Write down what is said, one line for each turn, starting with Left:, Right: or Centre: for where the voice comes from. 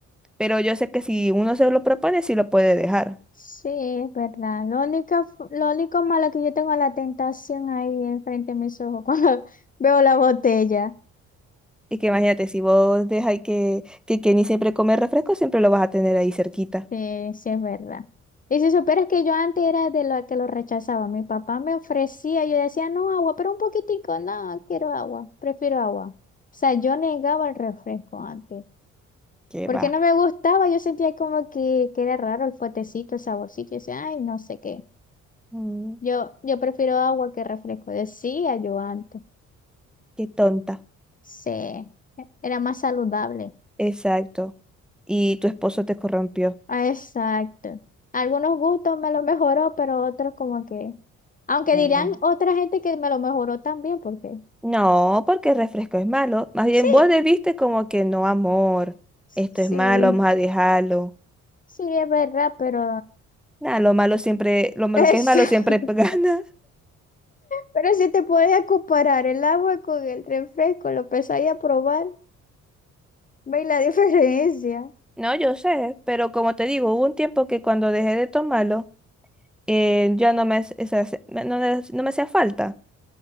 Centre: Pero yo sé que si uno se lo propone, sí lo puede dejar.
Left: Sí, es verdad. Lo único, f- lo único malo que yo tengo es la tentación ahí enfrente de mis ojos <laughs> cuando veo la botella.
Centre: Y que imagínate, si vos dejáis que, que Kenny siempre come refresco, siempre lo vas a tener ahí cerquita.
Left: Sí, sí, es verdad. Y si supieras que yo antes era de la que lo rechazaba, mi papá me ofrecía, yo decía, no, agua, pero un poquitico, no, quiero agua, prefiero agua. O sea, yo negaba el refresco antes,
Centre: Que
Left: porque
Centre: va.
Left: no me gustaba, yo sentía como que, que era raro el fuertecito, el saborcito, y decía, ay, no sé qué.
Centre: Mm,
Left: Yo, yo prefiero agua que refresco, decía yo antes.
Centre: qué tonta.
Left: Sí, era más saludable.
Centre: Exacto. Y tu esposo te corrompió.
Left: Ah, Exacto. Algunos gustos me lo mejoró, pero otros como que... Aunque
Centre: Ándale.
Left: dirán otra gente que me lo mejoró también, porque...
Centre: No, porque el refresco es malo. Más bien
Left: Sí,
Centre: vos debiste como que no, amor,
Left: sí,
Centre: esto es malo, vamos a dejarlo.
Left: sí, es verdad, pero...
Centre: Nada, lo malo siempre, lo malo
Left: Es...
Centre: que es malo
Left: <laughs>
Centre: siempre <laughs> gana.
Left: Pero si te podías comparar el agua con el refresco, lo empezáis a probar, veis la <laughs> diferencia.
Centre: No, yo sé, pero como te digo, hubo un tiempo que cuando dejé de tomarlo, eh, ya no me, hace- o sea, se- me- no, me no me hacía falta.